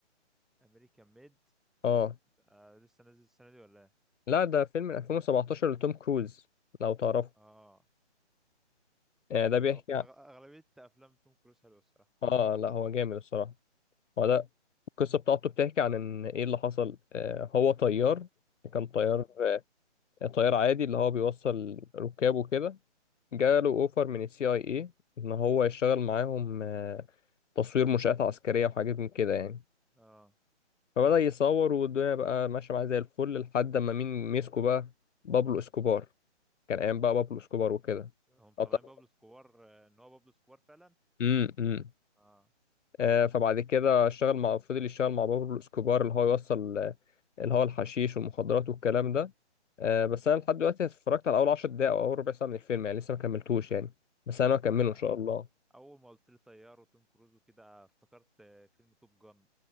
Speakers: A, in the centre; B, on the left.
A: امريكان ميد
B: اه
A: آه لسه نازل السنه دي ولا ايه
B: لا ده فيلم من 2017 لتوم كروز لو تعرفه
A: اه
B: آه، ده بيحكي
A: هو أغ-
B: عن
A: اغلبيه افلام توم كروز حلوه الصراحه
B: اه لا هو جامد الصراحة هو ده القصة بتاعته بتحكي عن ان ايه اللي حصل آه هو طيار كان طيار
A: امم
B: آه، طيار عادي اللي هو بيوصل ركاب وكده جاله اوفر من السي اي اي ان هو يشتغل معاهم آه تصوير منشآت عسكرية وحاجات من كده يعني
A: اه
B: فبدأ يصور والدنيا بقى ماشية معاه زي الفل لحد ما مين مسكه بقى بابلو اسكوبار كان ايام بقى بابلو اسكوبار وكده
A: هم
B: أبطأ.
A: طالعين بابلو سكوار آه، ان هو بابلو سكوار فعلا
B: امم امم
A: اه
B: آه، فبعد كده اشتغل مع فضل يشتغل مع بابلو اسكوبار اللي هو يوصل آه، اللي هو الحشيش والمخدرات والكلام ده آه،
A: امم
B: بس انا لحد دلوقتي اتفرجت على اول 10 دقايق او اول ربع ساعه من الفيلم يعني لسه ما كملتوش يعني بس انا هكمله
A: آه.
B: ان شاء الله
A: اول ما قلت لي طيار وتوم كروز وكده افتكرت آه، فيلم توب جان